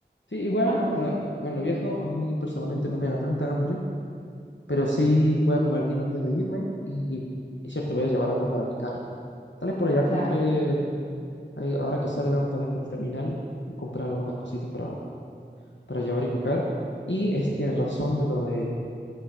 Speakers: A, on the left; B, on the left.
A: Sí, igual,
B: algo
A: bueno,
B: que,
A: cuando viajo a mí personalmente no me da tanta hambre, pero sí voy a comer bien antes de irme y es cierto, voy a llevar algo para picar. Tal vez por allá
B: claro,
A: compré, ahí- ahora que salga, tal vez por el terminal, voy a algunas cositas para, para llevar y picar. Y es, tienes razón de lo de